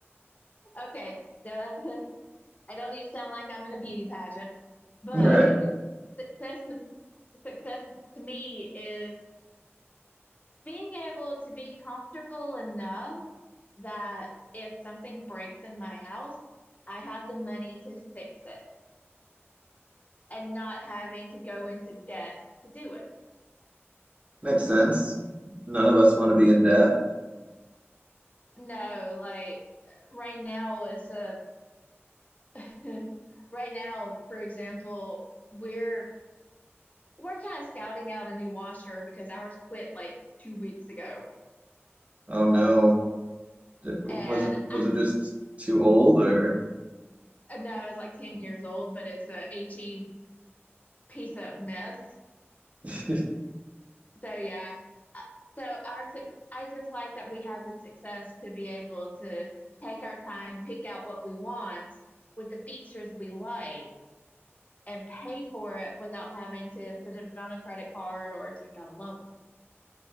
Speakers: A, on the left; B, on the right.
A: Okay, so I don't need to sound like I'm in a beauty pageant, but
B: Right.
A: <laughs> success success to me is being able to be comfortable enough that if something breaks in my house, I have the money to fix it and not having to go into debt to do it.
B: Makes sense. None of us want to be in debt.
A: No, like right now it's a <laughs> right now, for example, we're we're kind of scouting out a new washer because ours quit like two weeks ago.
B: Oh no. It-
A: And
B: Was it was
A: I
B: it just too old or
A: I know I was like 10 years old, but it's a HE piece of mess.
B: <laughs>
A: So yeah. Uh, So our suc- I just like that we have the success to be able to take our time, pick out what we want with the features we like and pay for it without having to put it on a credit card or take out a loan.